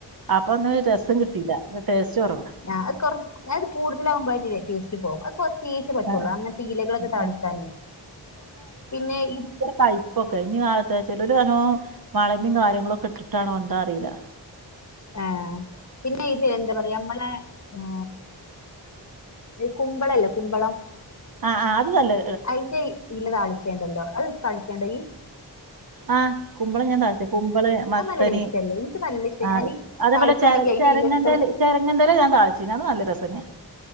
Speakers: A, on the right; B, on the left.
A: അപ്പൊ ഒന്നും ഒരു രസം കിട്ടിയില്ല ടേസ്റ്റ് കൊറവാ
B: ആഹ് അത് കുറ അത് കൂടുതലാകുമ്പോൾ അതിന്റെ ടേസ്റ്റ് പോകും <unintelligible> പറ്റൂള്ളൂ
A: ആ
B: അങ്ങനത്തെ ഇലകളൊക്കെ താളിക്കാനേ
A: ആ
B: പിന്നെ ഈ
A: കൈപ്പൊക്കെ ഇനി <unintelligible> ചെലൊരു <unintelligible> കാര്യങ്ങളും ഒക്കെ ഇട്ടിട്ടാണോ എന്താ അറിയില്ല
B: ഏഹ്. പിന്നെ ഇത് എന്താ പറയാ നമ്മളെ ഹ് കുമ്പള ഇല്ലേ കുമ്പളം
A: ആഹ് ആ അത് തല്ലേ
B: അയ്ന്റെ ഇല താളിക്കെയ്ണ്ടല്ലോ അത് താളിക്കേണ്ട ഇയ്
A: ആഹ് കുമ്പളം ഞാൻ താളിച്ച കുമ്പള മത്തന്
B: അത് നല്ല ടേസ്റ്റ് അല്ലേ എനിക്ക് നല്ല ഇഷ്ട
A: ആഹ്
B: ഞാന്
A: അതേപോലെ
B: താളിക്കാണെങ്കി
A: ചര
B: അതിന്റെ
A: ചെരങ്ങന്റെല
B: ഇല എടുത്ത്
A: ചെരങ്ങന്റെല ഞാൻ താളിചീനു അത് നല്ല രസന്നെ